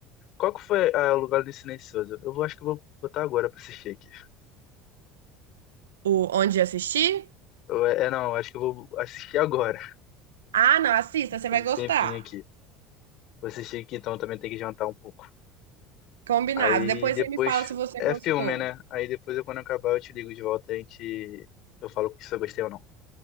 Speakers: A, on the left; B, on the right.
A: Qual que foi ah, o lugar do silencioso? Eu vou, acho que eu vou botar agora pra assistir aqui.
B: O onde assistir?
A: Eu- é, é, não, acho que eu vou assistir agora.
B: Ah, não, assista, você
A: Tem
B: vai
A: um
B: gostar.
A: tempinho aqui. Vou assistir aqui, então também tem que jantar um pouco.
B: Combinado.
A: Aí
B: Depois
A: depois.
B: você me fala se você
A: É
B: gostou.
A: filme, né? Aí depois, eu, quando eu acabar, eu te ligo de volta e a gente. Eu falo se eu gostei ou não.